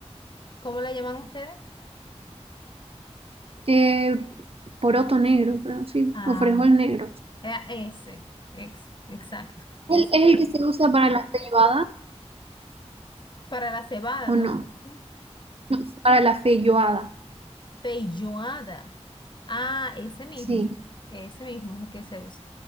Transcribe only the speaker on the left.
¿Cómo la llaman ustedes?
Ah,
eh, ese, ex, exacto.
Ese.
Para la cebada,
no
sé.
Pelloada. Ah, ese mismo.
sí, Ese mismo es el que se usa.